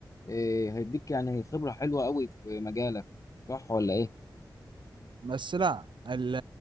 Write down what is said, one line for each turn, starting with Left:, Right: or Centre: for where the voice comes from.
Left: آه، هيديك يعني خبره حلوه قوي في مجالك صح ولا ايه؟
Right: بس لا ال-